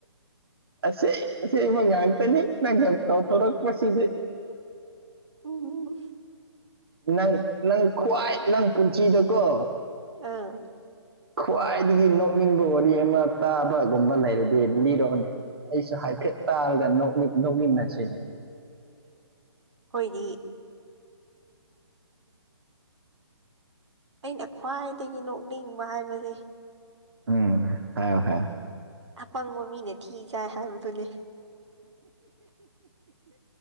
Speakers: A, on the right; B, on the right.
A: ꯑꯁꯦꯡ ꯑꯁꯦꯡꯕꯥ ꯉꯥꯛꯇꯅꯤ ꯅꯪꯅꯥ ꯇꯧꯊꯣꯔꯛꯄꯁꯤꯗꯤ
B: ꯎꯝ
A: ꯅꯪ ꯅꯪ ꯈ꯭ꯋꯥꯏ ꯅꯪ ꯄꯨꯟꯁꯤꯗꯨꯀꯣ
B: ꯑꯧ
A: ꯈ꯭ꯋꯥꯏꯗꯒꯤ ꯅꯣꯛꯅꯤꯡꯕ ꯋꯥꯔꯤ ꯑꯃ ꯇꯥꯕꯒꯨꯝꯕ ꯂꯩꯔꯗꯤ ꯂꯤꯔꯛꯑꯣꯅꯦ ꯑꯩꯁꯨ ꯍꯥꯏꯐꯦꯠ ꯇꯥꯔꯒ ꯅꯣꯛꯃꯤꯟꯅꯁꯤꯅꯦ
B: ꯑꯩꯈꯣꯏꯗꯤ ꯑꯩꯅ ꯈ꯭ꯋꯥꯏꯗꯒꯤ ꯅꯣꯛꯅꯤꯡꯕ ꯍꯥꯏꯕꯁꯦ
A: ꯎꯝ ꯍꯥꯏꯌꯣ ꯍꯥꯏꯌꯣ
B: ꯑꯄꯪꯕ ꯃꯤꯅ ꯊꯤ ꯆꯥꯏ ꯍꯥꯏꯕꯗꯨꯅꯦ